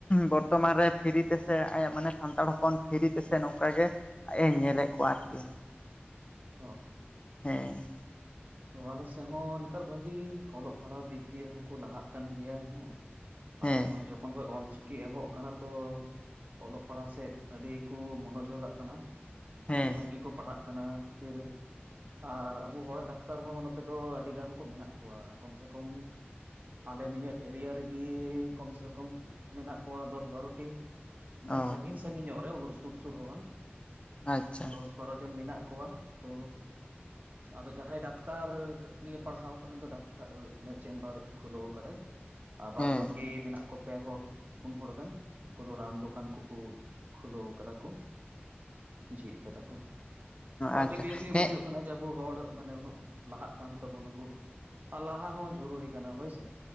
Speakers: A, on the left; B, on the right.
A: ᱵᱚᱨᱛᱚᱢᱟᱱ ᱨᱮ ᱯᱷᱨᱤ ᱛᱮ ᱥᱮ ᱟᱭᱟᱜ ᱢᱟᱱᱮ ᱥᱟᱱᱛᱟᱲ ᱦᱚᱯᱚᱱ ᱯᱷᱨᱤ ᱛᱮ ᱥᱮ ᱱᱚᱝᱠᱟ ᱜᱮ ᱟᱡ ᱮ ᱧᱮᱞᱮᱫ ᱠᱚᱣᱟ ᱟᱨᱠᱤ᱾
B: ᱚ
A: ᱦᱮᱸ
B: ᱛᱚ ᱟᱞᱮᱥᱮᱫ ᱦᱚᱸ ᱱᱮᱛᱟᱨ ᱵᱷᱟᱜᱤ ᱚᱞᱚᱜ ᱯᱟᱲᱦᱟᱜ ᱫᱤᱠ ᱫᱤᱭᱮ ᱦᱚᱸᱠᱚ ᱞᱟᱦᱟᱜ ᱠᱟᱱ ᱜᱮᱭᱟ ᱦᱮᱸ᱾
A: ᱦᱮᱸ
B: ᱟᱫᱚ ᱱᱚᱜ-ᱚᱭ ᱡᱚᱠᱷᱚᱱ ᱠᱷᱚᱡ ᱚᱞ ᱪᱤᱠᱤ ᱠᱤ ᱮᱦᱚᱵ ᱟᱠᱟᱱᱟ ᱛᱚ ᱚᱞᱚᱜ ᱯᱟᱲᱦᱟᱜ ᱥᱮᱫ ᱟᱹᱰᱤ ᱠᱚ ᱢᱚᱱᱚᱡᱳᱜᱟᱜ ᱠᱟᱱᱟ᱾
A: ᱦᱮᱸ
B: ᱢᱟᱱᱮ ᱵᱷᱟᱹᱜᱤ ᱠᱚ ᱯᱟᱲᱦᱟᱜ ᱠᱟᱱᱟ ᱯᱷᱤᱨ ᱟᱨ ᱟᱵᱚ ᱦᱚᱲ ᱰᱟᱠ ᱰᱟᱠᱛᱟᱨ ᱦᱚᱸ ᱱᱚᱛᱮ ᱫᱚ ᱟᱹᱰᱤ ᱜᱟᱱ ᱠᱚ ᱢᱮᱱᱟᱜ ᱠᱚᱣᱟ ᱠᱚᱢ ᱥᱮ ᱠᱚᱢ ᱟᱞᱮ ᱱᱤᱭᱟᱹ ᱮᱨᱤᱭᱟ ᱨᱮᱜᱤ ᱠᱚᱢ ᱥᱮ ᱠᱚᱢ ᱢᱮᱱᱟᱜ ᱠᱚᱣᱟ ᱫᱚᱥ ᱵᱟᱨᱚᱴᱤ᱾ ᱢᱟᱱᱮ
A: ᱚ
B: ᱥᱟᱺᱜᱤᱧ ᱥᱟᱺᱜᱤᱧ ᱧᱚᱜ ᱨᱮ ᱩᱱᱟᱹᱜ ᱥᱩᱨ ᱥᱩᱨ ᱦᱚᱸ ᱵᱟᱝ
A: ᱟᱪᱪᱷᱟ
B: ᱫᱚᱥ ᱵᱟᱨᱚᱡᱚᱱ ᱢᱮᱱᱟᱜ ᱠᱚᱣᱟ ᱛᱚ ᱟᱫᱚ ᱡᱟᱦᱟᱸᱭ ᱰᱟᱠ ᱰᱟᱠᱛᱟᱨ ᱱᱤᱭᱟᱹ ᱯᱟᱲᱦᱟᱣ ᱠᱷᱚᱱ ᱫᱚ ᱰᱟᱠᱛᱟᱨ ᱪᱮᱢᱵᱟᱨ ᱠᱷᱩᱞᱟᱹᱣ ᱠᱟᱫᱟᱭ᱾ ᱟᱨ ᱵᱟᱫ
A: ᱦᱮᱸ
B: ᱵᱟᱹᱠᱤ ᱢᱮᱱᱟᱜ ᱠᱚᱣᱟ ᱯᱮ ᱦᱚᱲ ᱯᱩᱱ ᱦᱚᱲ ᱜᱟᱱ᱾ ᱩᱱᱠᱩ ᱫᱚ ᱨᱟᱱ ᱫᱚᱠᱟᱱ ᱠᱚᱠᱚ ᱠᱷᱩᱞᱟᱹᱣ ᱠᱟᱫᱟ ᱠᱚ ᱡᱷᱤᱡ ᱠᱟᱫᱟ ᱠᱚ᱾ ᱛᱚ
A: ᱟᱪᱪᱷᱟ
B: ᱟᱹᱰᱤ ᱵᱮᱥ ᱜᱮ
A: ᱦᱮᱸ
B: ᱵᱩᱡᱷᱩᱜ ᱠᱟᱱᱟ ᱡᱮ ᱟᱵᱚ ᱦᱚᱲ ᱢᱟᱱᱮ ᱩᱱᱟᱹᱜ ᱠᱚ ᱞᱟᱦᱟᱜ ᱠᱟᱱ ᱛᱟᱵᱚᱱᱟᱠᱩ᱾ ᱟᱨ ᱞᱟᱦᱟ ᱦᱚᱸ ᱡᱟᱹᱨᱩᱨᱤ ᱠᱟᱱᱟ ᱦᱳᱭ ᱥᱮ᱾